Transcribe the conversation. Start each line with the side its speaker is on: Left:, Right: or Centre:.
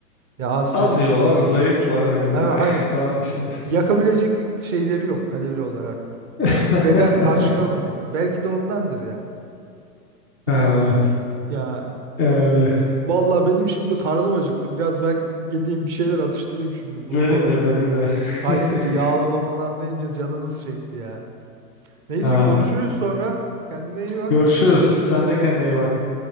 Right: Ya Asya
Centre: Az yiyorlar, zayıflar hani
Right: Evet,
Centre: böyle
Right: aynen.
Centre: <laughs> daha şey.
Right: Yakabilecek bir şeyleri yok kalori olarak.
Centre: <laughs>
Right: Beden karşılamıyor onu. Belki de ondandır ya.
Centre: Ha,
Right: Ya
Centre: öyle.
Right: vallahi benim şimdi karnım acıktı. Biraz ben gideyim bir şeyler atıştırayım şimdi
Centre: Benim
Right: buzdolabı.
Centre: de benim de.
Right: Kayseri
Centre: <laughs>
Right: yağlama falan deyince canımız çekti ya. Neyse
Centre: Ha,
Right: görüşürüz sonra. Kendine iyi bak.
Centre: görüşürüz. Sen de kendine iyi bak.